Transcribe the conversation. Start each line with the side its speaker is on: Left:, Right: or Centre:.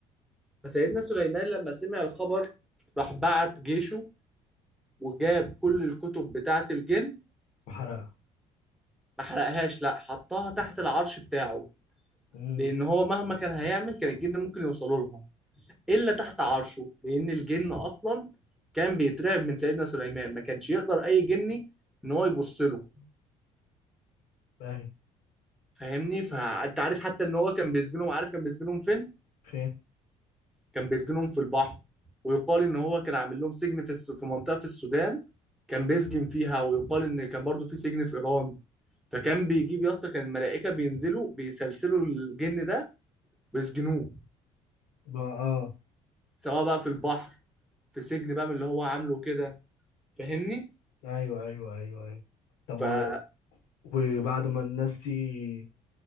Centre: فسيدنا سليمان لما سمع الخبر راح بعت جيشه وجاب كل الكتب بتاعة الجن
Left: وحرقها
Centre: ما حرقهاش لا حطها تحت العرش بتاعه
Left: امم
Centre: لأن هو مهما كان هيعمل كان الجن ممكن يوصلوا لها إلا تحت عرشه لأن الجن أصلا كان بيترعب من سيدنا سليمان ما كانش يقدر أي جني إن هو يبص له
Left: ايوه
Centre: فاهمني فانت عارف حتى ان هو كان بيسجنهم عارف كان بيسجنهم فين
Left: فين
Centre: كان بيسجنهم في البحر ويقال ان هو كان عامل لهم سجن في الس... في منطقة في السودان كان بيسجن فيها ويقال ان كان برضو في سجن في ايران فكان بيجيب يا اسطى كان الملائكة بينزلوا بيسلسلوا الجن ده ويسجنوه
Left: بقى اه
Centre: سواء بقى في البحر في سجن بقى من اللي هو عامله كده فاهمني
Left: ايوه ايوه ايوه ايوه طب
Centre: فقول
Left: و... وبعد ما الناس دي